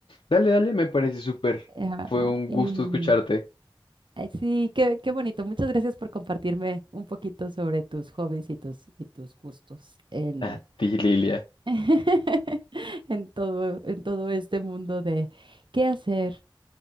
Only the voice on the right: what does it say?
Ajá,
y
ay, sí, qué, qué bonito. Muchas gracias por compartirme un poquito sobre tus hobbies y tus, y tus gustos en
<laughs> En todo, en todo este mundo de qué hacer